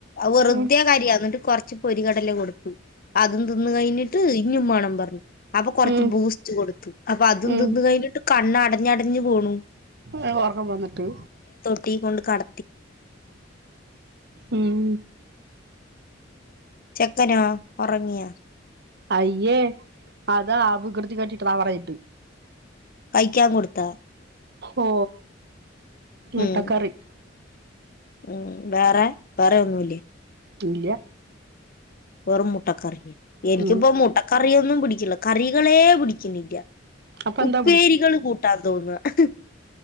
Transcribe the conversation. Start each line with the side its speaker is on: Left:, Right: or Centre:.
Left: വെറുെതെ
Right: ഉം
Left: കാര്യ എന്നിട്ട് കൊർ ച്ച് പൊരി കടല കൊടുത്തു അതും തിന്ന് കഴിഞ്ഞിട്ട് ഇഞ്ഞു മാണം പറഞ്ഞു അപ്പൊ കൊറച്ച്
Right: ഉം
Left: ബൂസ്റ്റ് കൊടുത്തു അപ്പൊ അതും
Right: ഉം
Left: തിന്ന് കഴിഞ്ഞിട്ട് കണ്ണടഞ്ഞ് അട ഞ്ഞ് പോണു
Right: ഒ ഓർക്കം വന്നിട്ട്
Left: ട്ടീ കൊണ്ട് കട
Right: ഉം
Left: ചെക്കനോ ഉറങ്ങിയാ
Right: അയ്യേ അതാ അ വികൃതി കാട്ടിട്ട് താ അവടെ <unintelligible>
Left: കഴിക്കാൻ കൊടുത്ത
Right: ഓ മുട്ടക്കറി
Left: ഉം ഉം വേറെ വേറെ ഒന്നുല്ലേ
Right: ഇല്ല
Left: വെറും മുട്ടക്കറി എനിക്കിപ്പോ
Right: ഉം
Left: മുട്ടക്കറിയൊന്നും പിടിക്കുള്ള കറികളെ പിടിക്കുന്നില്ല
Right: അപ്പൊ എന്താ
Left: ഉപ്പേരികള് കൂട്ടാൻ തോന്നുക <unintelligible>